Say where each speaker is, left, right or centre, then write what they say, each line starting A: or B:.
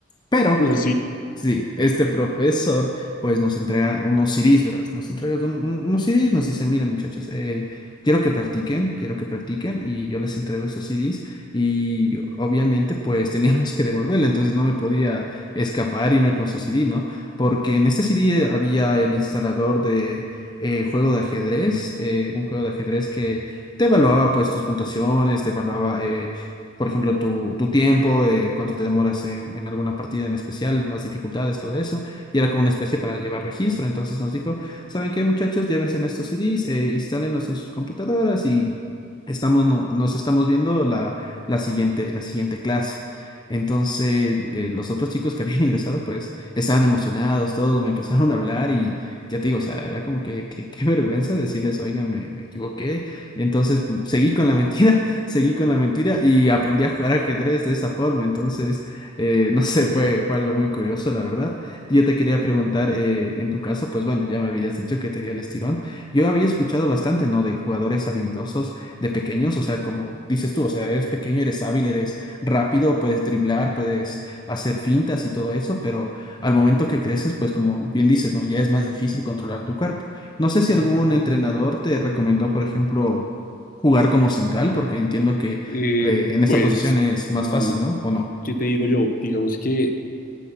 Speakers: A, on the left; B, on the left.
A: pero
B: <laughs> Así,
A: Sí, este profesor pues nos entrega unos CDs, ¿verdad? Nos entrega un- un- unos CDs, nos dice, miren muchachos, eh, quiero que practiquen, quiero que practiquen y yo les entrego esos CDs y obviamente pues <laughs> teníamos que devolverle, entonces no me podía escapar, irme con su CD, ¿no? Porque en este CD había el instalador de eh, juego de ajedrez, eh, un juego de ajedrez que te evaluaba pues tus puntuaciones, te evaluaba... eh, por ejemplo, tu, tu tiempo, eh, cuánto te demoras en, en alguna partida en especial, las dificultades, todo eso. Y era como una especie para llevar registro. Entonces nos dijo, ¿saben qué, muchachos? Llévense en estos CDs, eh, instálenlos en sus computadoras y estamos, no- nos estamos viendo la, la siguiente, la siguiente clase. Entonces, eh, los otros chicos que habían <laughs> ingresado, pues, estaban emocionados, todos me empezaron a hablar y ya te digo, o sea, era como que, que- qué vergüenza decirles, oiga, me, me equivoqué. Entonces, seguí con la <laughs> mentira seguí con la mentira y aprendí a jugar ajedrez de esa forma. Entonces, eh, no sé, fue, fue algo muy curioso, la verdad. Yo te quería preguntar, eh, en tu caso, pues bueno, ya me habías dicho que te dio el estirón. Yo había escuchado bastante, ¿no? De jugadores habilidosos de pequeños, o sea, como dices tú, o sea, eres pequeño, eres hábil, eres rápido, puedes driblar, puedes hacer fintas y todo eso, pero al momento que creces, pues como bien dices, ¿no? Ya es más difícil controlar tu cuerpo. No sé si algún entrenador te recomendó, por ejemplo, jugar como central, porque entiendo que
B: eh,
A: eh, en esa
B: pues...
A: posición es
B: mm,
A: más fácil, ¿no? ¿O no?
B: ¿Qué te digo yo? Digamos que,